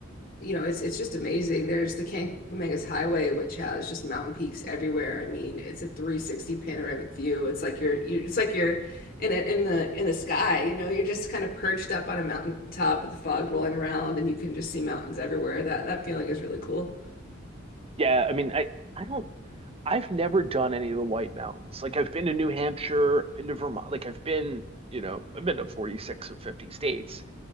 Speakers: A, on the left (about 50°); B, on the right (about 30°).
A: you know, it's it's just amazing. There's the Cancomangas Highway, which has just mountain peaks everywhere. I mean, it's a 360 panoramic view. It's like you're, you it's like you're in it in the in the sky. You know, you're just kind of perched up on a mountain top with the fog rolling around, and you can just see mountains everywhere. That that feeling is really cool.
B: Yeah, I mean, I I don't I've never done any of the White Mountains. Like I've been to New Hampshire, been to Vermont, like I've been, you know, I've been to 46 of 50 states.